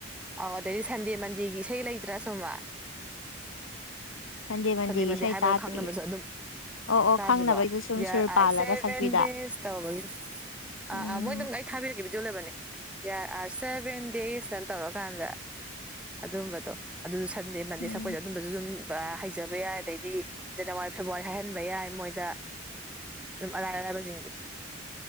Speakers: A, in the centre; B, on the left (about 75°).
A: ꯑꯥꯎ ꯑꯗꯩꯗꯤ ꯁꯟꯗꯦ ꯃꯟꯗꯦꯒꯤ ꯏꯁꯩ ꯂꯩꯇ꯭ꯔꯥ ꯁꯨꯝꯃ
B: <inaudible> ꯃꯟꯗꯦꯒꯤ
A: ꯁꯟꯗꯦ ꯃꯟꯗꯦ
B: ꯏꯁꯩ
A: ꯍꯥꯏꯕꯒ
B: ꯇꯥꯗ꯭ꯔꯤꯌꯦ
A: ꯈꯪꯅꯕꯁꯨ ꯑꯗꯨꯝ
B: ꯑꯣ ꯑꯣ
A: ꯆꯥꯖꯕ
B: ꯈꯪꯅꯕꯒꯤꯗꯨ ꯁꯨꯝ ꯁꯨꯔ
A: ꯑꯁꯦꯕꯦꯟꯗꯤꯦꯁ
B: ꯄꯥꯜꯂꯒ ꯁꯛꯄꯤꯗ
A: ꯇꯧꯕꯔ ꯑ
B: ꯎꯝ
A: ꯑ ꯃꯣꯏ ꯅꯝꯒꯥꯏ ꯊꯥꯕꯤꯔꯒꯦꯗꯤ ꯌꯂꯕꯅꯦꯔ ꯑꯥꯔ ꯁꯦꯚꯦꯟ ꯗꯦꯖꯇꯅ ꯇꯧꯔꯀꯥꯟꯗ ꯑꯗꯨꯝꯕꯗꯣ ꯑꯗꯨꯁꯨ ꯃꯟꯗꯦ
B: ꯎꯝ
A: ꯁꯛꯄꯗ ꯑꯗꯨꯝꯕꯁꯨ ꯑꯗꯨꯝ ꯍꯩꯖꯕ ꯌꯥꯏ ꯑꯗꯩꯗꯤ ꯖꯅꯋꯥꯔꯤ ꯐꯦꯕꯋꯥꯔꯤ ꯍꯥꯏꯍꯟꯕ ꯌꯥꯏ ꯃꯣꯏꯗ ꯑꯗꯨꯝ ꯑꯔꯥꯏ ꯑꯔꯥꯏꯕꯁꯤꯡꯁꯦ